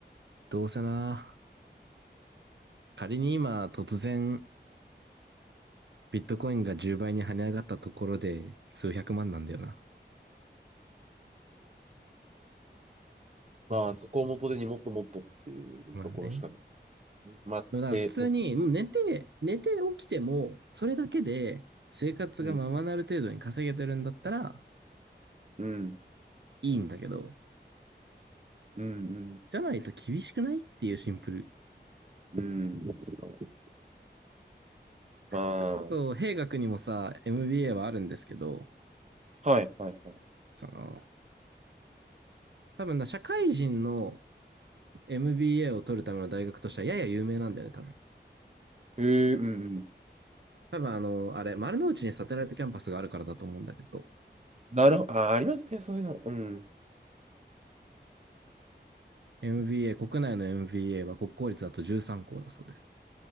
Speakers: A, on the right; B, on the right.
A: どうせなぁ仮に今突然ビットコインが10倍に跳ね上がったところで数百万なんだよな。
B: まあ、そこを元手にもっともっとっていうところしか、
A: まあね。
B: まあ、
A: でもだから普通に、
B: えー、テスト、
A: もう寝て、寝て起きても、それだけで生活がままなる程度に稼げてるんだったら、
B: うん、うん、
A: いいんだけど、
B: うん、
A: じゃないと厳しくないっていうシンプル。
B: うん、うんそうま
A: それこそ、兵学にもさ、MBA はあるんですけど、
B: あ、はい、はい、はい。
A: その、多分な、社会人の MBA を取るための大学としてはやや有名なんだよね、多分。
B: えー、うん、うん
A: 多分あの、あれ、丸の内にサテライトキャンパスがあるからだと思うんだけど、
B: なるほど、あー、ありますね、そういうの。うん。
A: MBA、国内の MBA は国公立だと13校だそうです。